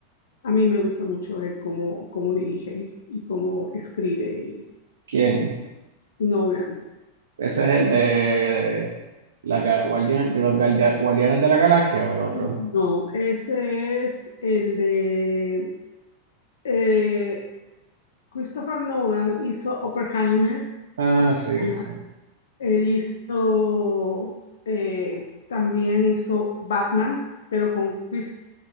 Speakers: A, on the left; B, on the right.
A: A mí me gusta mucho él cómo, cómo dirige y cómo escribe y
B: ¿Quién?
A: Nolan.
B: Ese es el de, de, la, ga- Guardian- de los Guardia- Guardianes de la Galaxia o el otro.
A: Mm. No, ese es el de eh, Christopher Nolan hizo Oppenheimer.
B: Ah,
A: Oppenheimer.
B: sí, sí.
A: Él hizo, eh, también hizo Batman, pero con Chris-